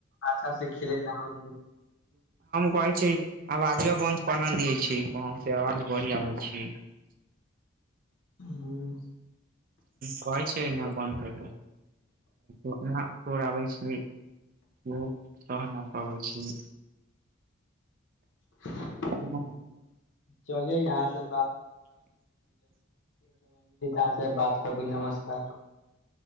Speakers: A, on the left (about 60°); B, on the right (about 40°).
A: आशा से खेले न होइ छै
B: कह छी आब बजब बन्द करना दइ छी वहाँ से आवाज बढ़िया होइ छै
A: हूँ
B: कहे छै न बन्द करल अपना तोड़ आबै छी ब सह न पाबै छी
A: <unintelligible>
B: हूँ
A: चल यह से समय बात करबू नमस्कार